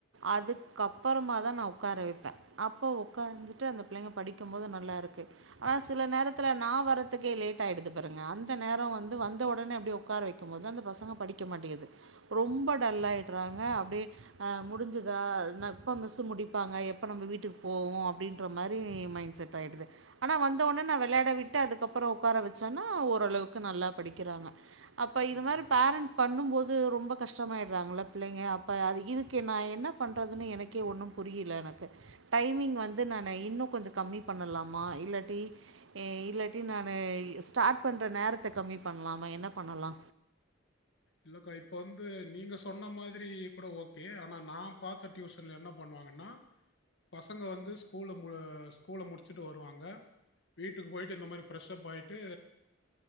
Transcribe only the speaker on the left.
ம்
இல்லக்கா இப்ப வந்து நீங்க சொன்ன மாதிரி கூட ஓகே ஆனா நான் பாரத்த டியூசன்ல என்ன பண்ணுவாங்கன்னா பசங்க வந்து ஸ்கூல ஸ்கூல முடிச்சுட்டு வருவாங்க வீட்டுக்கு போயிட்டு இந்த மாதிரி ஃப்ரெஷ்ப் ஆயிட்டு